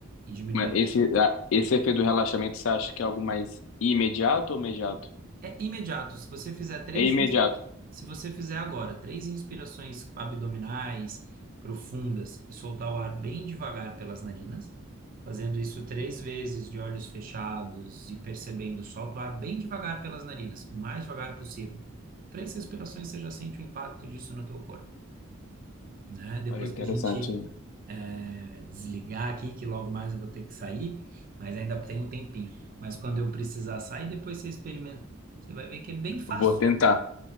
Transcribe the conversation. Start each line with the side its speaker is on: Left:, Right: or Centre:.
Right: e diminuindo.
Left: Mas esse,
Right: a ansiedade.
Left: a- esse efeito do relaxamento, você acha que é algo mais imediato ou imediato?
Right: É imediato. Se você fizer três,
Left: É imediato.
Right: ins- se você fizer agora três inspirações abdominais profundas e soltar o ar bem devagar pelas narinas, fazendo isso três vezes de olhos fechados e percebendo, solta o ar bem devagar pelas narinas, o mais devagar possível. Três respirações você já sente o impacto disso no teu corpo, né? Depois
Left: Olha, interessante.
Right: que a gente é, desligar aqui, que logo mais eu vou ter que sair, mas ainda tem um tempinho. Mas quando eu precisar sair, depois você experimenta. Você vai ver que é bem fácil,
Left: Vou tentar.